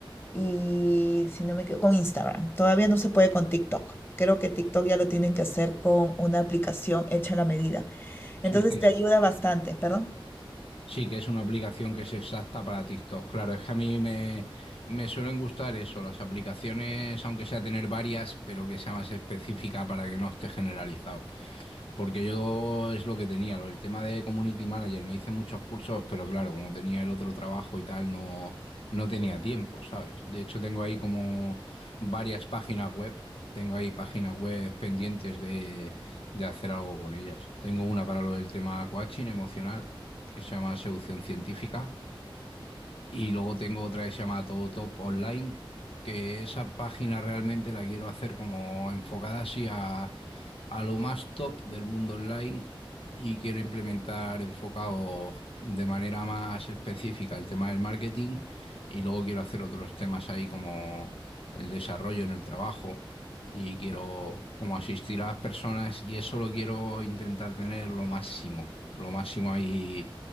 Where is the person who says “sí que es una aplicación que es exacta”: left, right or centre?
Left